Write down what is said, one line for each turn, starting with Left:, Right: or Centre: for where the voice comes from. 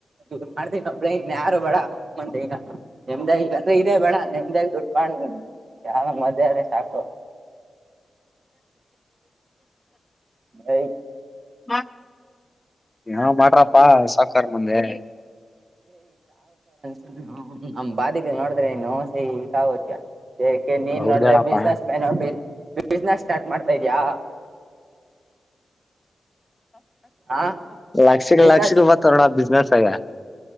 Right: ನೀ ಮಾಡ್ತೀನ ಒಬಳನ್ ಯಾರು ಬಡ ಮಂದೆಗ ನೆಮದಾಗಿ ಅ್ರೆ ಇದೆ ಬೇಡ ನೆಮದಾಗಿ ದುಡ್ಡು ಮಾಡ ಯಾವ ಮಜ ಅ ರೆ ಸಾಕು ನಐ
Left: ಹ ಯಾವ ಮಾಡ್ರಪ್ಪಾ ಸಾಕಾರ್ ಮಂದಿ
Right: ಹ್ಮ ನಮ್ ಬಾದಿಗೆ ನೋಡಿದ್ರೆ ಏನು ಸಹಿ ಕಾಗೋತಿಯ ಯಾಕೆ ನೀನ್
Left: ಹೌದೇಳಪ್ಪಾ
Right: ನೋಡ್ರೆ ಬಿಸ್ನೆಸ್ ಮ್ಯಾನ್ ಆ ಬಿಸ್ನೆಸ್ ಸ್ಟಾರ್ಟ್ ಮಾಡ್ತಾ ಇದ್ಯಾ ಹಾ
Left: ಲಕ್ಷಿಕ
Right: ಬಿಸ್ನೆಸ್
Left: ಲಕ್ಷಿಕೂಪ ತರಣ ಬಿಸನೆಸ್ ಗ